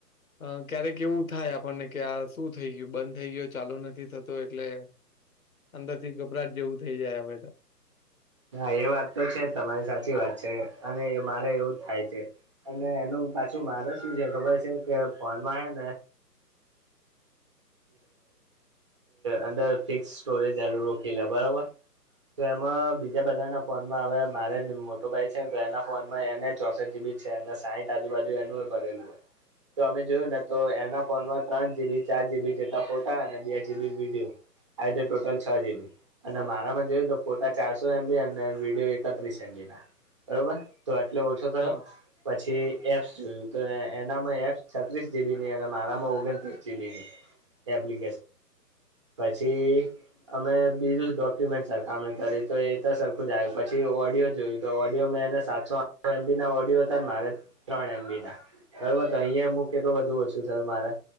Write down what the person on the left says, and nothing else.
અ ક્યારેક એવું થાય આપણને કે આ શું થઈ ગયુ, બંધ થઈ ગયું ચાલુ નથી થતો એટલે અંદર થી ગભરાટ જેવું થઈ જાય હવે
હા